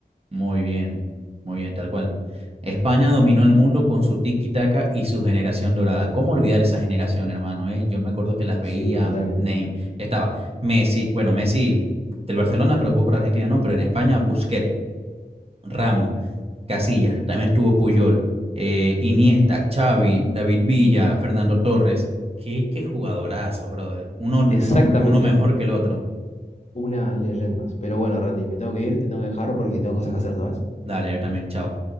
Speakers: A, on the right; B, on the left.
A: Muy bien, muy bien, tal cual. España dominó el mundo con su tiki-taka y su generación dorada. ¿Cómo olvidar esa generación, hermano? eh? Yo me acuerdo que las veía.
B: Sí, totalmente.
A: Ney- estaba Messi, bueno, Messi del Barcelona, pero jugó para Argentina, no, pero en España, Busquets, Ramos. Casillas, también estuvo Puyol, eh, Iniesta, Xavi, David Villa, Fernando Torres. Qué, qué jugadorazos, brother. Uno, no,
B: Exactamente.
A: uno mejor que el otro.
B: Unas leyendas. Pero bueno, Randy, me tengo que ir, te tengo que dejar porque tengo cosas que hacer, ¿sabes?
A: Dale, yo también, chao.